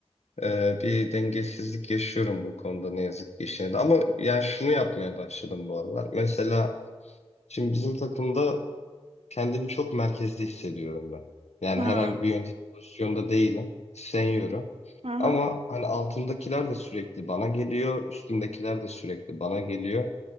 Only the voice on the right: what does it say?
hı hı
hı. hı.